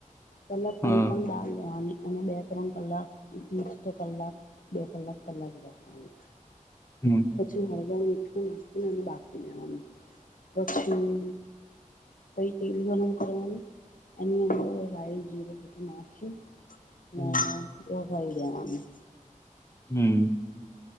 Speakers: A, on the left; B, on the left.
A: પેલા
B: હા
A: કોઈ પણ દાળ લેવાની. અને બે ત્રણ કલાક મિ મિસ્ટ કલાક બે કલાક પલાળી રાખવાનું.
B: હમ
A: પછી હ <unintelligible> મીઠું નાખીને એને બાફી દેવાની. પછી પહી તેલ ગલમ કરવું એની અંદર રાય જીરું બધું નાખી ના
B: હમ
A: ના ઓહ ડાલ દેવાનું.
B: હમ્મ